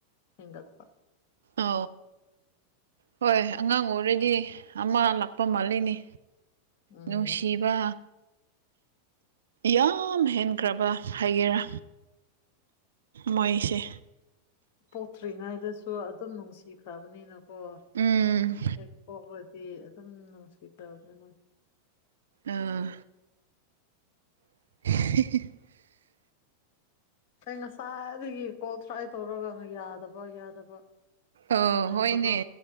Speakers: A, on the left; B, on the right.
A: ꯍꯦꯟꯒꯠꯄ
B: ꯑ ꯍꯣꯏ ꯑꯉꯥꯡ ꯑꯣꯏꯔꯦꯗꯤ ꯑꯃ ꯂꯥꯛꯄ ꯃꯥꯜꯂꯤꯅꯤ
A: ꯎꯝ
B: ꯅꯨꯡꯁꯤꯕ ꯌꯥꯝ ꯍꯦꯟꯈ꯭ꯔꯕ ꯍꯥꯏꯒꯦꯔꯥ ꯃꯣꯏꯁꯦ
A: ꯄꯣꯛꯇ꯭ꯔꯤꯉꯥꯏꯗꯁꯨ ꯑꯗꯨꯝ ꯅꯨꯡꯁꯤꯈ꯭ꯔꯕꯅꯤꯅ ꯀꯣ
B: ꯎꯝ
A: ꯍꯦꯛ ꯄꯣꯛꯄꯗꯤ ꯑꯗꯨꯝ ꯅꯨꯡꯁꯤꯈꯕꯅꯦ ꯃꯥ
B: ꯑꯥ <inaudible>
A: ꯑꯩ ꯉꯁꯥꯏꯗꯒꯤ ꯀꯣꯜ ꯇ꯭ꯔꯥꯏ ꯇꯧꯔꯒ ꯌꯥꯗꯕ ꯌꯥꯗꯕ
B: ꯑ
A: ꯁꯥꯎꯅꯤꯡꯕꯗꯣ
B: ꯍꯣꯏꯅꯦ